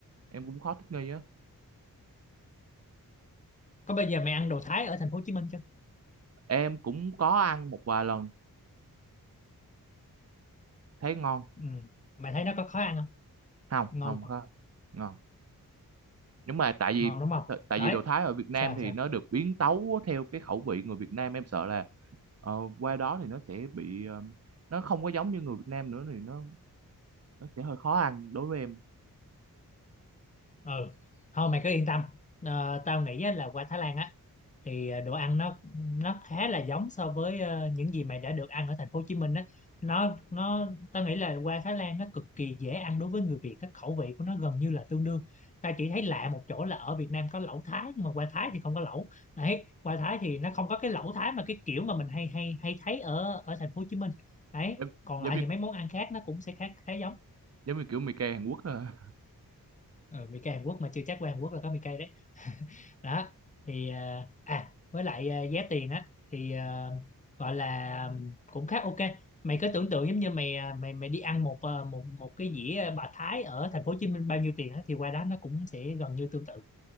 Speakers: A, on the right (about 45°); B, on the left (about 20°).
A: em cũng khó thích nghi á
B: có bây giờ mày ăn đồ Thái ở thành phố Hồ Chí Minh chưa
A: em cũng có ăn một vài lần thấy ngon
B: ừ. mày thấy nó có khó ăn không
A: không
B: ngon
A: không có ngon nhưng mà tại vì
B: ngon đúng không
A: t- tại
B: đấy
A: vì đồ Thái ở Việt Nam
B: sao
A: thì
B: sao
A: nó được biến tấu theo cái khẩu vị người Việt Nam em sợ là ờ, qua đó thì nó sẽ bị ờ, nó không có giống như người Việt Nam nữa thì nó nó sẽ hơi khó ăn đối với em
B: ừ thôi mày cứ yên tâm Ờ, tao nghĩ á, là qua Thái Lan á thì ờ, đồ ăn nó nó khá là giống so với ờ, những gì mày đã được ăn ở thành phố Hồ Chí Minh á nó nó tao nghĩ là qua Thái Lan nó cực kỳ dễ ăn đối với người Việt các khẩu vị của nó gần như là tương đương ta chỉ thấy lạ một chỗ là ở Việt Nam có lẩu Thái nhưng mà qua Thái thì không có lẩu đấy qua Thái thì nó không có cái lẩu Thái mà cái kiểu mà mình hay hay hay thấy ở ở thành phố Hồ Chí Minh đấy
A: Em-
B: còn
A: giống
B: lại
A: như
B: thì mấy món ăn khác nó cũng sẽ khá khá giống
A: giống như kiểu mì cay Hàn Quốc à.
B: ừ, mì cay Hàn Quốc mà chưa chắc qua Hàn Quốc là có mì cay đó thì à à, với lại à, giá tiền á thì à, gọi là cũng khá ok mày cứ tưởng tượng giống như mày à, mày mày đi ăn một à, một một cái dĩa bà Thái ở thành phố Hồ Chí Minh bao nhiêu tiền á thì qua đó nó cũng sẽ gần như tương tự